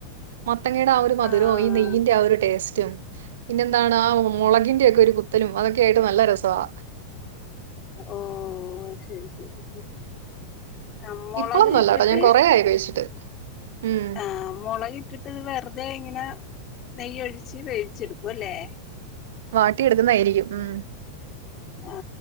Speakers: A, on the right; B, on the left.
A: മത്തങ്ങേടെ ആ ഒരു മധുരോം
B: ആഹ്
A: ഈ നെയ്യിന്റെ ആ ഒരു ടേസ്റ്റും പിന്നെന്താണ് ആ മൊളകിന്റോക്കെ ഒരു കുത്തലും അതൊക്കെയായിട്ട് നല്ല രസവാ
B: ഓ ശരി ശരി ശരി ആഹ് മൊളക്
A: ഇപ്പളൊന്നും
B: ഇട്ടിട്ട്
A: അല്ലാട്ടോ ഞാൻ കൊറെയായി കഴിച്ചിട്ട് ഉം
B: ആ മുളകിട്ടിട്ട് ഇത് വെറുതെ ഇങ്ങനെ നെയ്യൊഴിച്ച് വേവിച്ചെടുക്കും അല്ലേ
A: വാട്ടിയെടുക്കുന്നേയേരിക്കും ഉം
B: ആ